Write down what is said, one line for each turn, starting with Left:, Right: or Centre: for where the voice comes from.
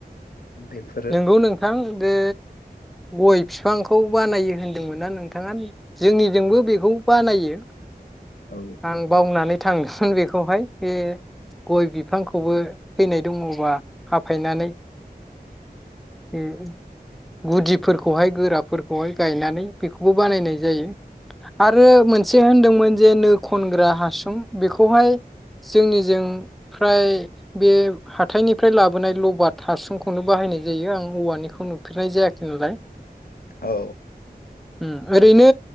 Left: बेफोरो
Centre: नोंगौ नोंथां बेे गय बिफांखौ बानायो होनदोंमोन्ना नोंथाङा? जोंनिजोंबो बेखौ बानायो।
Left: औ
Centre: आं बावनानै थांदोंमोन बेखौहाय बे गय बिफांखौ खौबो फैनाय दङबा हाफायनानै ए ओइ गुदिफोरखौहाय गोराफोरखौहाय गायनानै बेखौबो बानायनाय जायो आरो मोनसे होनदोंमोन जे नो खनग्रा हासुं बेखौहाय जोंनिजों फ्राय बे हाथायनिफ्राय लाबोनाय लबाद हासुंखौनो बाहायनाय जायो आं औवानिखौ नुफेरनाय जायाखै नालाय।
Left: औ
Centre: उम ओरैनो